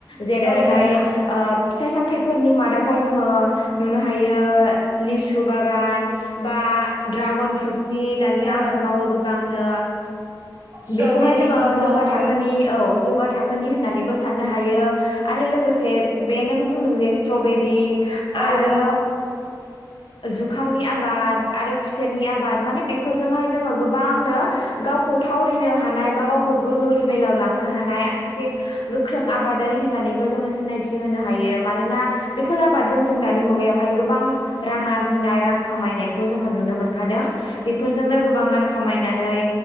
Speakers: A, on the left (about 85°); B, on the right (about 30°).
A: जेरैहाय
B: औ नंगौ
A: फिथाइ सामथाइनि मादावहाय जोङो नुनो हायो लिसु बागान बा ड्रागन फ्रुट नोंसिनि दानि
B: औ
A: आबाद मावो गोबांनो
B: स्ट्रबेरिनि
A: बेखौहाय जोङो
B: मावो
A: जौगा थाखोनि औ जौगा थाखो थाखोनि होननानैबो साननो हायो आरो लोगोसे बे नों बुंदों जे स्ट्रबेरि
B: औ
A: आरो जुखामनि आबाद आरो खुसेरनि आबाद माने बेफोरजोंहाय जोङो गोबांनो गावखौ थावरिनो हानाय बा गावखौ गोजौ लेभेल बेलाव लांनो हानाय सासे गोख्रों आबादारि होननानैबो जोङो सिनायथि होनो हायो मानोना
B: औ
A: बेफोर आबादजों जों दानि मुगायावहाय गोबां रां आरजिनाय रां खामायनायखौ जोङो नुनो मोनखादों बेफोरजोंनो गोबां रां खामायनानै